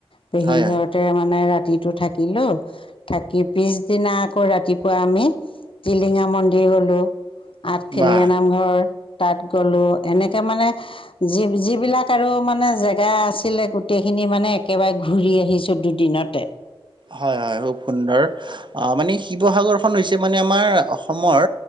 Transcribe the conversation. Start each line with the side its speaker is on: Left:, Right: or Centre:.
Right: হয়
Left: পেহী
Right: হয়
Left: ঘৰতে মানে ৰাতি। ৰাতিটো থাকিলো থাকি পিছদিনা আকৌ ৰাতিপুৱা আমি টিলিঙা মন্দিৰ গলো আঠফেলিয়
Right: বাহ
Left: নামঘৰ। তাত গ'লো এনেকে মানে যি যিবিলাক আৰু মানে জেগা আছিলে গোটেই, গোটেই খিনি মানে একেবাৰে ঘূৰি আহিছো দুদিনতে,
Right: হয়-হয় খুব সুন্দৰ অহ, মানে শিৱসাগৰখন হৈছে মানে আমাৰ অসমৰ,